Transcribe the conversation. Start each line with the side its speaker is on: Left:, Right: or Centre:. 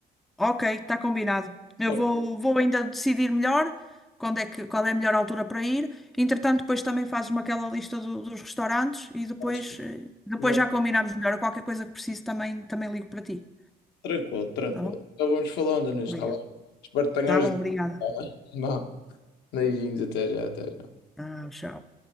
Centre: ok, está combinado. Eu
Left: Tá
Centre: vou,
Left: tudo bem,
Centre: vou ainda decidir melhor quando é que, qual é a melhor altura para ir. Entretanto, depois também fazes-me aquela lista do- dos restaurantes e depois,
Left: tá tudo
Centre: eh, depois
Left: bem. Mas
Centre: já combinamos melhor. Qualquer coisa que precise também, também ligo para ti.
Left: Tranquilo, tranquilo.
Centre: Tá bom?
Left: Então vamos falando nisso,
Centre: Obrigada.
Left: está bem? Espero que tenhas.
Centre: Tá bom,
Left: Tá
Centre: obrigada.
Left: bem? Vá. Beijinhos, até já, até já.
Centre: Ah, tchau.